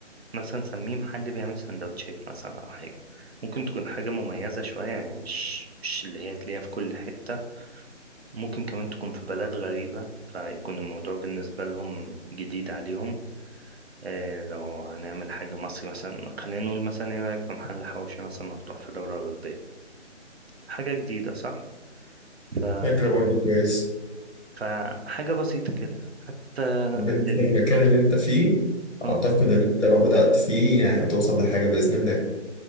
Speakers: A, on the right (about 60°); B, on the left (about 75°).
A: مثلا سميه محل بيعمل سندوتشات مثلا او حاجه ممكن تكون حاجه مميزه شويه يعني مش مش اللي هي تلاقيها في كل حته ممكن كمان تكون في بلد غريبه فيكون الموضوع بالنسبه لهم جديد عليهم آه لو هنعمل حاجه مصري مثلا خلينا نقول مثلا ايه رايك في محل حواوشي مثلا مفتوح في دوله اوروبيه حاجه جديده صح ف...
B: فكرة برضو كويس
A: فحاجه بسيطه كده حتى
B: بالنسبة
A: ال...
B: للمكان اللي انت فيه
A: اه
B: اعتقد ان انت لو بدأت فيه يعني هتوصل لحاجة بإذن الله